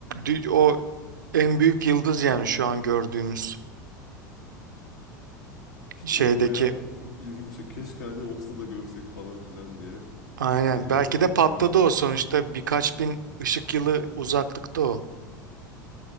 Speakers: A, on the right; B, on the left.
A: Dü- O en büyük yıldız yani şu an gördüğümüz
B: İşte
A: şeydeki.
B: o bayağı çok ilgimi çekti. Keşke hani olsa da görsek falan filan diye
A: Aynen.
B: e,
A: Belki de
B: bekliyordum.
A: patladı o sonuçta birkaç bin ışık yılı uzaklıkta o.